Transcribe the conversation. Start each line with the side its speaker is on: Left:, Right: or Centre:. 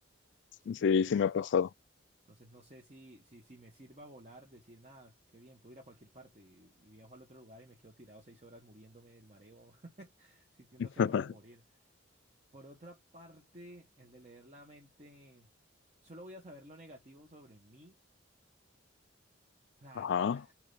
Right: sin
Left: Sí,
Right: servir.
Left: sí me ha pasado.
Right: Entonces no sé si, si, si me sirva volar, decir, nada, qué bien, puedo ir a cualquier parte y, y viajo al otro lugar y me quedo tirado seis horas muriéndome del mareo sintiendo
Left: <laughs>
Right: que me voy a morir. Por otra parte, el de leer la mente, solo voy a saber lo negativo sobre mí. Ah,
Left: Ajá.
Right: nada,